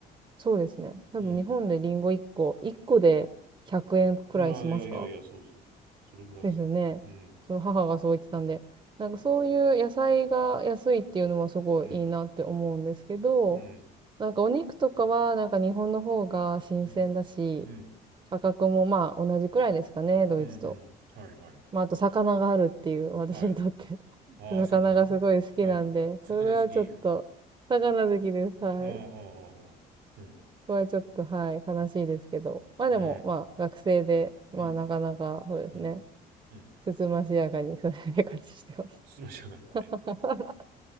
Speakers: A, on the right; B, on the right.
A: そうですね。多分日本でリンゴ1個、
B: うん。
A: 1個で100円くえんくらいしますか
B: いやいやいやいや、そうそうそう。それぐらいする。
A: そうですよね。
B: うん、
A: その母がそう言ってたんで、なんかそういう野菜が安いっていうのもすごいいいなって思うんですけど、
B: うん、うん、
A: なんかお肉とかはなんか日本の方が新鮮だし、
B: うん、うん、
A: 価格もまあ同じくらいですかね、ドイツと。
B: うん、うん。はいはい。
A: まああと魚があるっていう、
B: そうです。
A: 私にとって
B: はいはい。
A: <laughs>
B: ああ、
A: 魚がすごい好きなんで、
B: 魚ね。はい。魚好き。
A: それはちょっと、
B: あ
A: 魚好きです。はい。
B: あ、ああ、ああ。うん、
A: これはちょっと、はい、悲しいですけど。まあでも、
B: うん、
A: まあ学生で、まあなかなか、
B: うん、
A: そうですね。
B: うん、うん。
A: つつましやかにそれで生活してます。
B: つまし上がり。
A: <laughs>